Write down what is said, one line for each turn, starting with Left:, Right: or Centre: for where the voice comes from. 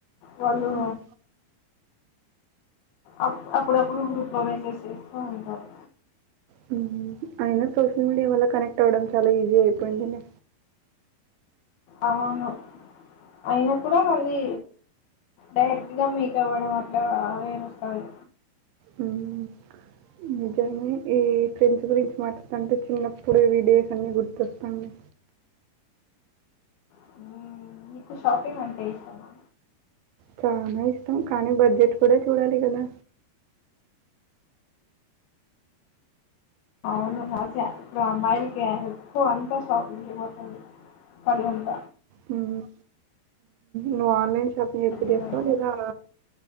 Left: వాళ్ళు
Right: హ్మ్.
Left: అప్ అప్పుడప్పుడు గ్రూప్ లో మెసేజ్ చేస్తూ ఉంటారు
Right: హు అయినా సోషల్ మీడియా వల్ల కనెక్ట్ అవడం చాలా ఈజీ అయిపోయింది లే
Left: అవును అయిన కూడా మళ్ళీ డైరెక్ట్ గా మీట్ అవ్వడం అట్లా వేరు వస్తది
Right: హ్మ్. నిజమే ఈ ఫ్రెండ్స్ గురించి మాట్లాడుతంటే చిన్నప్పుడు వీడియోస్ అన్ని గుర్తొస్తున్నాయి
Left: హ్మ్. నీకు షాపింగ్ అంటే ఇష్టమా
Right: చానా ఇష్టం కానీ బడ్జెట్ కూడా చూడాలి కదా
Left: అవును ఆశ ఇప్పుడు అమ్మాయిలకి ఎక్కువ అంతా షాపింగ్ కే పోతది కల్ ఉంట
Right: హ్మ్. నువ్వు ఆన్లైన్ షాపింగ్ ఎక్కువ చేస్తావ
Left: ఉండదు.
Right: లేదా